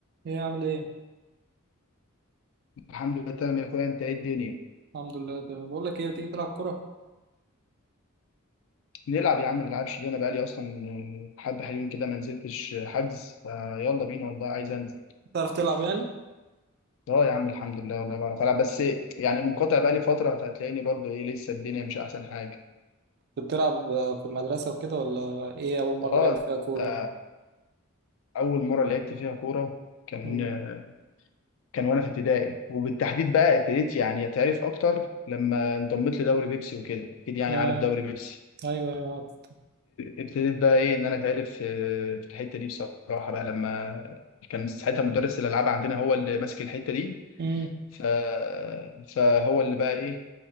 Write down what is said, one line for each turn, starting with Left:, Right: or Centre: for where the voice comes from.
Right: ايه عامل ايه؟
Left: الحمد لله تمام يا اخويا انت ايه الدنيا
Right: الحمد لله تمام بقول لك ايه تيجي تلعب كورة؟
Left: نلعب يا عم ما نلعبش ليه انا بقالي اصلا آه، حبه حلوين كده ما نزلتش آه، حجز فيلا بينا والله عايز انزل
Right: تعرف تلعب يعني؟
Left: اه يا عم الحمد لله والله بعرف العب بس يعني منقطع بقالي فتره فهتلاقيني برضو ايه لسه الدنيا مش احسن حاجه
Right: كنت بتلعب آه، في المدرسة وكده ولا ايه أول مرة
Left: اه
Right: لعبت فيها كورة
Left: ده
Right: يعني؟
Left: اول مره لعبت فيها كوره كان
Right: امم
Left: آه، كان وانا في ابتدائي وبالتحديد بقى ابتديت يعني اتعرف اكتر لما انضميت لدوري بيبسي وكده اكيد يعني
Right: اه
Left: عارف دوري بيبسي
Right: ايوه ايوه عارف
Left: ابتديت بقى ايه ان انا اتعرف في في الحته دي بصراحه بقى لما كان ساعتها مدرس الالعاب عندنا هو اللي ماسك الحته دي
Right: امم
Left: ف... فهو اللي بقى ايه